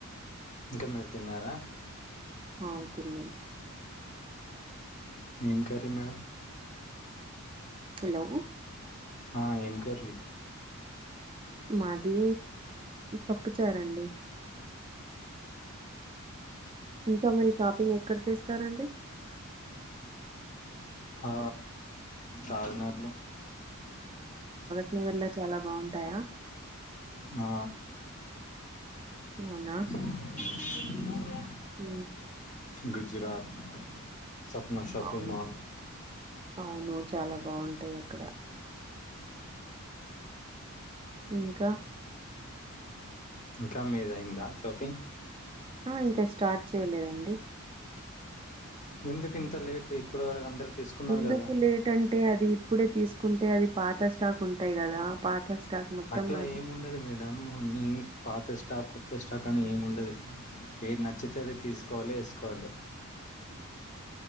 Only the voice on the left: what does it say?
ఇంక మీరు తిన్నారా
ఏం కర్రీ మేడం
ఆ ఏం కర్రి
హ రాజమండ్రి లో
ఆ
<unintelligible>
గుజరాత్ సప్నా షాపింగ్
మాల్
ఇంకా మీద అయిందా షాపింగ్
ఎందుకు ఇంత లేట్ ఇప్పటి వరకు అందరు తీసుకున్నారు
కదా
అట్లా
ఏమిండదు మేడం అన్నిీ పాత స్టాక్, త్త స్టాక్ అని ఏమి ఉండదు ఏది నచ్చితే అది తీసుకోవాలి వేసుకోవాలి,